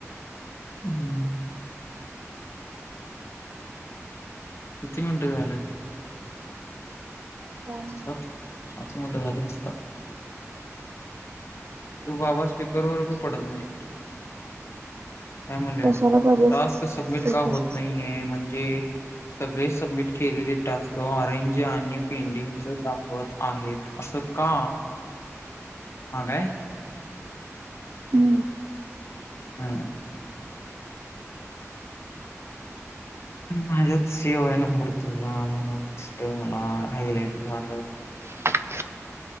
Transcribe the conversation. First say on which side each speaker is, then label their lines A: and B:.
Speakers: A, on the left; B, on the right.
A: <inaudible> किती मिनिटे झाले.
B: <inaudible>
A: सात पाच मिनिट झालं असत तो बाबा स्पीकरवर उभे पडत नाही. त्या म्हले
B: कशाला पाहिजे
A: टास्क
B: स्पीकर
A: सबमिट का होत नाहीये म्हणजे सगळे सबमिट केलेले टास्क ऑरेंज आणि पेंडीग दाखवत आहेत अस. का हा काय
B: हम्म
A: हा माझ्यात सेव नंबर तुझा म्हणून दिसल मला हायलाइट झाला.
B: <inaudible>